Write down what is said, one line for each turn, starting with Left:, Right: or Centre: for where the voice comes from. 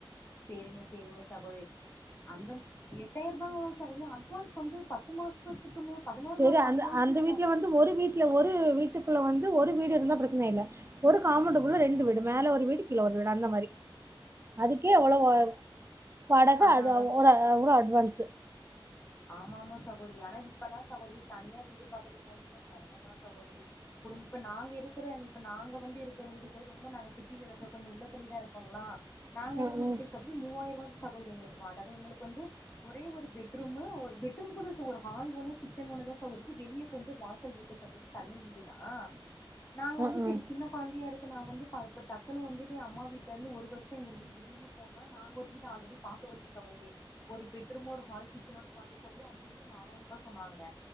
Left: சேரிங்க சேரிங்க சகோதரி அந்த எட்டாயிர ரூபா அட்வான்ஸ் வந்து பத்து மாசத்துக்குமே பதினோரு
Right: சேரி
Left: மாசோ
Right: அந்த
Left: அட்வான்ஸு
Right: அந்த வீட்ல வந்து ஒரு வீட்ல ஒரு வீட்டுக்குள்ள வந் து ஒரு வீடு இருந்தா பிரச்சன இல்ல ஒரு காம்பன்டுக்குள்ள ரெண்டு வீடு மேல ஒரு வீடு கீழ ஒரு வீடு அந்த மாரி அதுக்கே
Left: ஓ
Right: அவ்ளவு வாடக
Left: அதா
Right: அது
Left: அதா
Right: அவ்ள அவ்ள அட்வான்ஸு
Left: ஆமா ஆமா சகோதரி ஆனா இப்பல்லா சகோதரி தனியா வீடு பாத்துட்டு போனீங்னா செரமொந்தா சகோதரி குடும் இப்ப நாங்க இருக்கிற <unintelligible> இப்ப நாங்க வந்து இருக்கிற வீடு சொ ரொம்ப நாங்க சிட்டில இல்ல ச கொஞ்ச உள்ளத் தள்ளிதா இருக்கோங்களா நாங்க
Right: ம்
Left: இருக்குற
Right: ம்
Left: வீட்டுக்கு சகோதரி மூவாயருவா சகோதரி எங்களுக்கு வாடக எங்களுக்கு வந்து ஒரே ஒரு பெட் ரூமு ஒரு பெட்ரூம் கூட இல்ல சகொ ஒரு ஹால் ஒன்னு கிச்சன் ஒன்னு தா சகோதரி வெளிய கொஞ்ச வாசல் இருக்கு சகோதரி தனி வீடுதா நாங்க வந்து
Right: ம்
Left: செரி
Right: ம்
Left: சின்ன கொழந்தையா இரு க்கு நா வந்து இப்ப டக்குனு வந்துட்டு அம்மா வீட்லந்து ஒரு வருஷ இங்க இருந்துட்டு திடீர்னு போன்னா நாங்க ஒரு வீடு ஆல்ரெடி பாத்து வச்ச சகோதரி ஒரு பெட்ரூமு ஒரு ஹால் கிச்சனோட பாத்தோ சகோதரி அந்த வீடு நாலாயருபா சொன்னாங்க